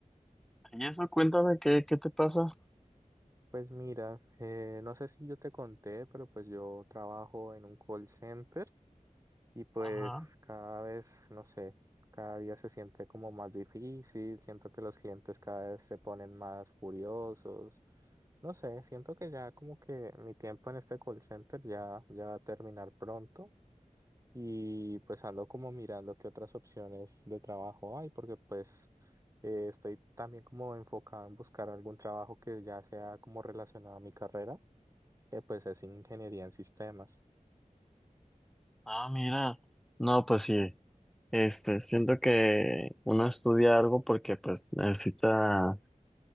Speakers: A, in the centre; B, on the right (about 25°).
A: Y eso, cuéntame, ¿qué, qué te pasa?
B: Pues mira, eh, no sé si yo te conté, pero pues yo trabajo en un call center. Y pues
A: Ajá.
B: cada vez, no sé, cada día se siente como más difícil, siento que los clientes cada vez se ponen más furiosos, no sé, siento que ya como que mi tiempo en este call center ya, ya va a terminar pronto y pues ando como mirando qué otras opciones de trabajo hay, porque pues eh, estoy también como enfocado en buscar algún trabajo que ya sea como relacionado a mi carrera, que pues es ingeniería en sistemas.
A: Ah, mira. No, pues sí. Este, siento que uno estudia algo porque pues necesita